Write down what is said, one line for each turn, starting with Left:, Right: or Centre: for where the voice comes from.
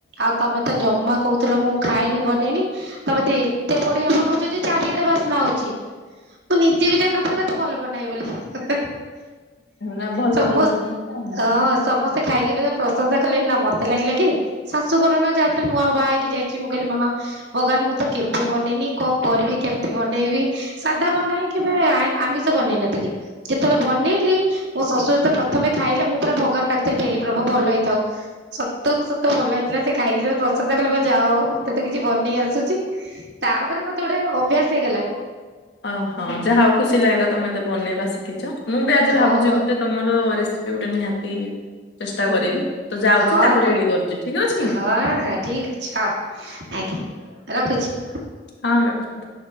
Right: ଆଉ ତମେ ତ ଜମା କହୁଥିଲ ମୁଁ ଖାଇନି ବନେଇନି ତମତ ଏତେ ବଡିିଆ ବନଉଛ ଯେ ଚାରିଆଡେ ବାସ୍ନା ହଉଛି। ମୁଁ ନିଜେ ବି ଜାଣିନଥିଲି ମତେ ଭଲ ବନାଏ ବୋଲି।
Left: ନା ଭଲ
Right: ସମସ୍ତ
Left: ବନଉଛନ୍ତି ଆଉ।
Right: ହଁ ସମସ୍ତେ ଖାଇକି ପ୍ରଂଶସା କଲେ ନା ମତେ ଲାଗିଲା କି ଶାଶୁଘର ନା ଯାହାେରେ ନୂଆ ବା ହେଇିକି ଯାଇଛି ମୁଁ କାଲି ମାମା ଭଗବାନ ମୁଁ ତ କେବେ ବନେଇନି କଣ କରିବି କେମିତି ବନେଇବି। ସାଧା ବନାଏ କେବେ ଆମିଷ ବନେଇ ନଥିଲି? ଯେତେବେଳେ ବନେଇଲି ମୋ ଶଶୁର ତ ପ୍ରଥମେ ଖାଇଲେ ମୁଁ ପୁରା ଭଗବାନ ଡାକୁଥାଏ ହେଇ ପ୍ରଭୁ ଭଲ ହେଇଥାଉ। ସତ କୁ ସତ ଭଲ ହେଇଥିଲା ସେ ଖାଇକି ଯୋଉ ପ୍ରଶଂସା କଲେ ମୁକହିଲି ଯାହା ହଉ ମତେ ମତେ କିଛି ବନେଇ ଆସୁଛି ତାପରେ ମତେ ଗୋଟେ ଅଭ୍ୟାସ ହେଇଗଲା।
Left: ଓହଁ ଯାହା ହଉ ଖୁସି ଲାଗିଲା ତମେତେ ବନେଇବା ଶିଖିଛ। ମୁଁ ବି ଆଜି
Right: ହଁ
Left: ଭାବୁଛି ଗୋଟେ ତମର ରେସିପି ଗୋଟେ ନିହାତି ଚେଷ୍ଟା କରିବି। ତ ଯାଉଛି
Right: ହଁ।
Left: ତାକୁ ରେଡି କରୁଛି, ଠିକ ଅଛି?
Right: ହଁ ହଁ ଠିକ୍। ଛ ଆଜ୍ଞା, ରଖୁଛି?
Left: ହଁ ରଖନ୍ତୁ।